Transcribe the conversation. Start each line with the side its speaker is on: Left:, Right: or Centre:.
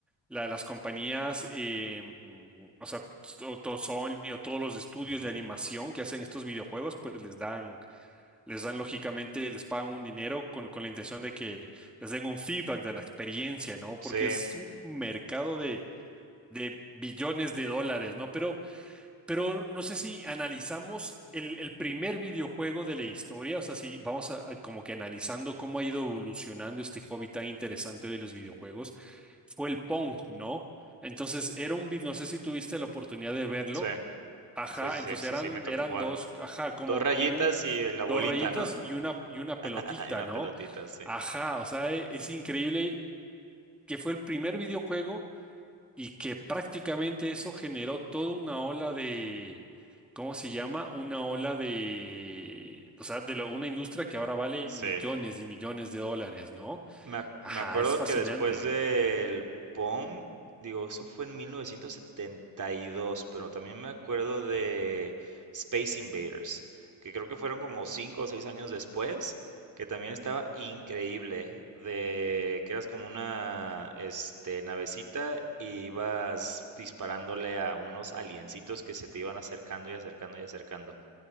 Centre: la- las compañías, eh, o sea, to- to- Sony o todos los estudios
Right: Ujú.
Centre: de animación que hacen estos videojuegos, pues les dan, les dan lógicamente, les pagan un dinero con, con la intención de que les den un feedback de la experiencia, ¿no?
Right: Sí,
Centre: Porque es un mercado de billones de dólares, ¿no? Pero, pero no sé si analizamos el, el primer videojuego de la historia, o sea, si vamos a, a como que analizando cómo ha ido evolucionando este hobby tan interesante de los videojuegos, fue el Pong, ¿no? Entonces era un video, no sé si tuviste la oportunidad de verlo,
Right: sí,
Centre: ajá,
Right: sí, sí, sí,
Centre: entonces
Right: sí,
Centre: eran,
Right: sí, me tocó
Centre: eran
Right: jugarlo.
Centre: dos, ajá, como,
Right: Dos rayitas
Centre: como un,
Right: y la bolita,
Centre: dos rayitas
Right: ¿no?
Centre: y una, y una pelotita,
Right: <laughs> Y una
Centre: ¿no?
Right: pelotita, sí.
Centre: Ajá, o sea, e- es increíble que fue el primer videojuego y que prácticamente eso generó toda una ola de, ¿cómo se llama? Una ola de, o sea, de lo- una industria que ahora vale
Right: Sí,
Centre: millones y millones de dólares, ¿no?
Right: Me, ac-
Centre: Ajá,
Right: me acuerdo
Centre: es fascinante.
Right: que después del Pong, digo, eso fue en 1972, pero también me acuerdo de Space Invaders, que creo que fueron como cinco o seis años después, que también estaba increíble, de que eras como una, este, navecita y ibas disparándole a unos aliencitos que se te iban acercando y acercando y acercando.